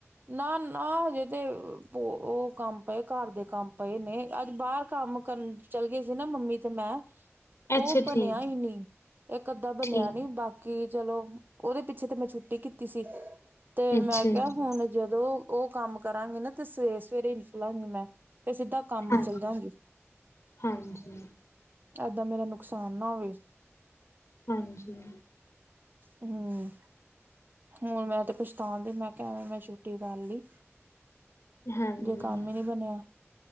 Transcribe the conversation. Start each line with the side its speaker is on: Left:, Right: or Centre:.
Right: ਨਾ ਨਾ ਹਜੇ ਤੇ ਉਹ ਕੰਮ ਪਏ ਘਰ ਦੇ ਕੰਮ ਪਏ ਨੇ ਅੱਜ ਬਾਹਰ ਕੰਮ। ਕਰਨ ਚੱਲ ਗਏ ਸੀ ਨਾ ਮੰਮੀ ਤੇ ਮੈਂ ਉਹ
Left: ਅੱਛਾ
Right: ਬਣਿਆ
Left: ਠੀਕ
Right: ਹੀ ਨਹੀਂ ਇਕ ਅੱਧਾ ਬਣਿਆ
Left: ਠੀਕ
Right: ਨੀ ਬਾਕੀ ਚਲੋ ਓਦੇ ਪਿੱਛੇ ਤੇ ਮੈਂ ਛੁੱਟੀ ਕੀਤੀ ਸੀ। ਤੇ
Left: ਅੱਛਾ
Right: ਮੈਂ ਕਿਹਾ
Left: ਜੀ
Right: ਹੁਣ ਜਦੋਂ ਉਹ ਕੰਮ ਕਰਾਂਗੇ ਨਾ ਤੇ ਸਵੇਰੇ ਸਵੇਰੇ ਨਿਕਲਾਂਗੀ ਮੈਂ ਤੇ ਸਿੱਧਾ ਕੰਮ
Left: ਹਾਂਜੀ
Right: ਚੱਲ ਜਾਗੀ
Left: ਹਾਂਜੀ
Right: ਏਦਾਂ ਮੇਰਾ ਨੁਕਸਾਨ ਨਾ ਹੋਵੇ।
Left: ਹਾਂਜੀ।
Right: ਹਮ। ਹੁਣ ਮੈਂ ਤੇ ਪਛਤਾਣਦੀ ਮੈਂ ਕਿਹਾ ਮੈਂ ਛੁੱਟੀ ਕਰ ਲਈ।
Left: ਹਾਂਜੀ
Right: ਜੇ ਕੰਮ ਹੀ ਨਹੀਂ ਬਣਿਆ